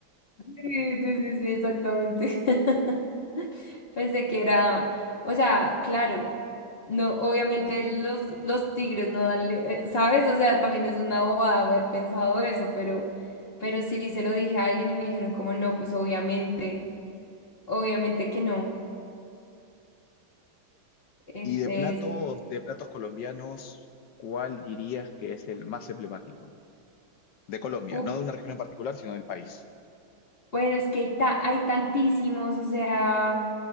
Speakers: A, on the left; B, on the left.
A: Sí, sí, sí, sí, exactamente. <laughs> Pensé que era, o sea, claro, no, obviamente los, los tigres no dan, le- eh, ¿sabes? O sea, también es una bobada haber pensado eso, pero, pero sí, se lo dije a alguien y me dijeron como no, pues obviamente, obviamente que no. Este,
B: Y de platos,
A: es-
B: de platos colombianos, ¿cuál dirías que es el más emblemático? De Colombia,
A: u-
B: no de una región en particular, sino del país.
A: bueno, es que hay, ta- hay tantísimos, o sea...